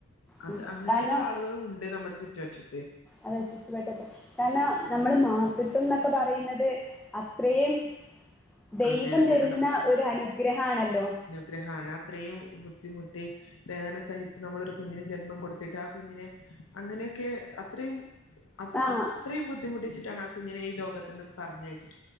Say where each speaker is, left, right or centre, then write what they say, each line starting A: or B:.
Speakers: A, on the left; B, in the centre.
A: അത്
B: ഉം
A: അങ്ങനെയുള്ള
B: കാരണം
A: ആളുകളും ഉണ്ട് നമ്മുടെ ചുറ്റുവറ്റത്ത്
B: അതെ ചുറ്റുവട്ടത്തെ കാ നം നമ്മൾ മാതൃത്വംന്ന ക്കെ പറയുന്നത് അ ത്രേം ദൈവം
A: അതെ അതെ
B: തരുന്ന ഒരു അനുഗ്രഹ ആണല്ലോ
A: ഗ്രഹമാണ് അത്രയും ബുദ്ധിമുട്ടി വേദന സഹിച്ച് നമ്മളൊരു കുഞ്ഞിന് ജന്മം കൊടുത്തിട്ട് ആ കുഞ്ഞിനെ അങ്ങനെയൊക്കെ അത്രയും അതും
B: ആഹ്
A: അത്രയും ബുദ്ധിമുട്ടിച്ചിട്ടാണാ കുഞ്ഞിനെ ഈ ലോകത്ത്ന്ന് പറഞ്ഞയച്ച്